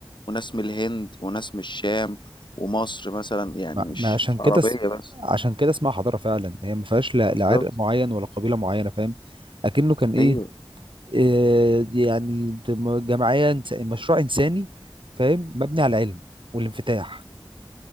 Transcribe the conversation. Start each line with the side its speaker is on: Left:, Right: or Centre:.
Left: وناس من الهند وناس من الشام ومصر مثلا يعني
Right: ما
Left: مش
Right: ما عشان
Left: مش عربية
Right: كده اس-
Left: بس
Right: عشان كده اسمها حضارة فعلا هي ما فيهاش لا
Left: بالظبط
Right: لا عرق معين ولا قبيلة معينة فاهم اكنه كان ايه
Left: أيوه
Right: إيه يعني دم- جمعية إنس- مشروع انساني فاهم مبني على العلم والانفتاح